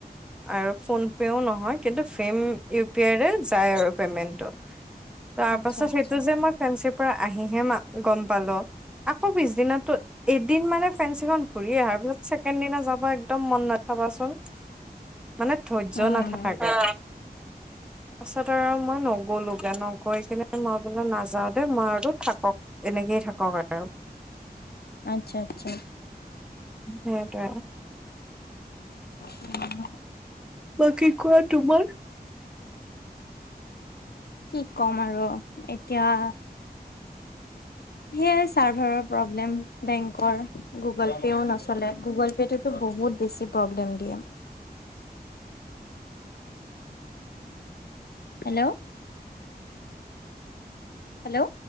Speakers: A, in the centre; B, on the left.
A: আৰু ফোন পেও নহয় কিন্তু ফেম ইউ পি আই যায় আৰু পেমেন্টটো তাৰ
B: আচ্ছা
A: পাছত
B: আচ্ছা
A: সেইটো যে মই, ফেঞ্চি পৰা আহিহে মই গম পালো আকৌ পিছদিনা এদিন মানে ফেঞ্চি খন। ঘূৰি অহাৰ পিছত ছেকেণ্ড দিনা যাব একদম মন নাথাবাচোন। মানে ধৈৰ্য
B: উম,
A: নাথাকে। তাৰপাছত আৰু মই নগলোগে নগৈ কিনে মই বোলে নাযাও দে মই আৰুটো থাকক। এনেকেইয় থাকক আৰু।
B: আচ্ছা আচ্ছা।
A: সেইটোৱে।
B: উম।
A: বা কি কোৱা তোমাৰ?
B: কি কম আৰু এতিয়া। সেইয়াই চাৰ্ভাৰৰ প্ৰব্লেম বেংকৰ। গুগল পেও নচলে গুগল পে'টোতো বহুত বেছি প্ৰব্লেম দিয়ে। হেল্ল'। হেল্ল'।